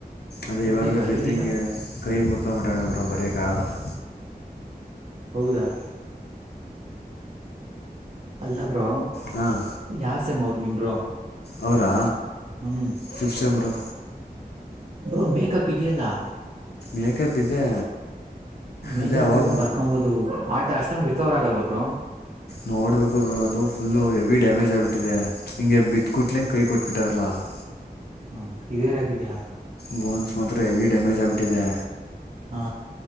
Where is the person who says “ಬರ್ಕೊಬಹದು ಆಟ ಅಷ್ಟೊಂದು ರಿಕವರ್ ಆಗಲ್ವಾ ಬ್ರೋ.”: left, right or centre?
Right